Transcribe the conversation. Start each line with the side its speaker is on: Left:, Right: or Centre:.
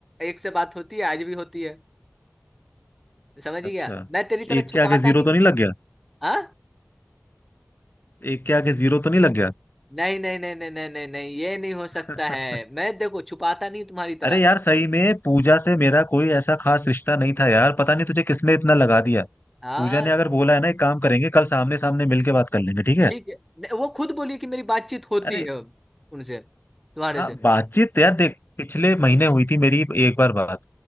Centre: एक से बात होती है आज भी होती है समझ गया
Left: अच्छा
Centre: मैं तेरी तरह
Left: एक
Centre: छुपाता
Left: के आगे जीरो
Centre: नहीं
Left: तो नहीं लग गया
Centre: आ?
Left: एक के आगे जीरो तो नहीं लग
Centre: नहीं नहीं नहीं नहीं नहीं नहीं नहीं ये नहीं हो सकता
Left: गया
Centre: है
Left: <laughs>
Centre: मैं देखो छुपाता नहीं तुम्हारी
Left: अरे
Centre: तरह
Left: यार सही में पूजा से मेरा कोई ऐसा खास रिश्ता नहीं था यार पता नहीं तुझे किसने इतना लगा दिया
Centre: हाँ
Left: पूजा ने अगर बोला है ना एक काम करेंगे कल सामने सामने मिलके बात कर लेंगे ठीक है
Centre: ठीक है नहीं, वो खुद बोली कि मेरी बातचीत होती
Left: अरे
Centre: है उनसे तुम्हारे
Left: हाँ
Centre: से
Left: बातचीत तो यार देख पिछले महीने हुई थी मेरी एक बार बात